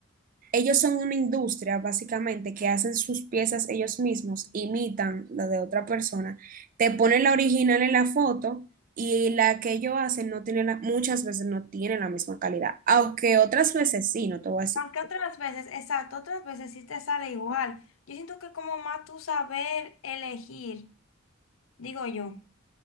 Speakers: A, on the right (about 40°); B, on the left (about 80°).
A: Ellos son una industria, básicamente, que hacen sus piezas ellos mismos, imitan lo de otra persona, te ponen la original en la foto y la que ellos hacen no tiene la- muchas veces no tiene la misma calidad, aunque otras veces
B: Sí.
A: sí, no te voy a decir.
B: Aunque otras veces, exacto, otras veces sí te sale igual. Yo siento que como más tú saber elegir, digo yo.